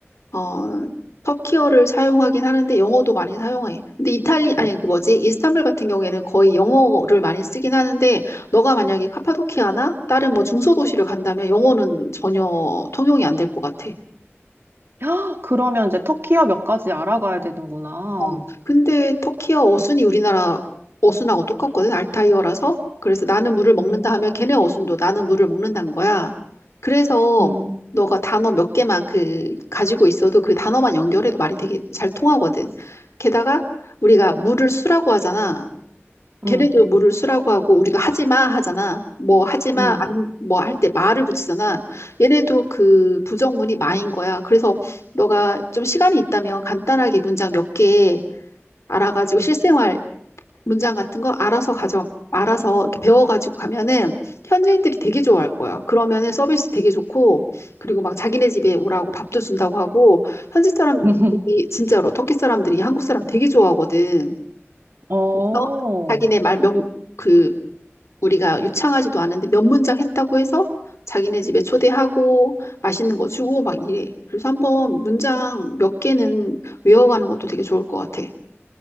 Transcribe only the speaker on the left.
어, 터키어를 사용하긴 하는데 영어도 많이 사용해. 근데 이탈리, 아니, 그 뭐지? 이스탄불 같은 경우에는 거의 영어를 많이 쓰긴 하는데, 너가 만약에 카파도키아나 다른 뭐 중소도시를 간다면 영어는 전혀 통용이 안 될 것 같아.
어, 근데 터키어 어순이 우리나라 어순하고 똑같거든, 알타이어라서. 그래서 나는 물을 먹는다
하면 걔네 어순도 나는 물을 먹는다는 거야. 그래서
너가 단어 몇 개만 그 가지고 있어도 그 단어만 연결해도 말이 되게 잘 통하거든. 게다가 우리가 물을 수라고 하잖아.
걔네도 물을 수라고 하고 우리가 하지마 하잖아. 뭐 하지마
안 뭐 할 때 마를 붙이잖아. 얘네도 그 부정문이 마인 거야. 그래서 너가 좀 시간이 있다면 간단하게 문장 몇개 알아가지고 실생활 문장 같은 거 알아서 가져, 알아서 이렇게 배워가지고 가면은 현지인들이 되게 좋아할 거야. 그러면은 서비스 되게 좋고, 그리고 막 자기네 집에 오라고 밥도 준다고 하고, 현지 사람이
진짜로 터키 사람들이 한국 사람 되게 좋아하거든.
그래서 자기네 말 몇, 그, 우리가 유창하지도 않은데 몇 문장 했다고 해서 자기네 집에 초대하고 맛있는 거 주고 막 이래. 그래서 한번 문장 몇 개는 외워가는 것도 되게 좋을 것 같아.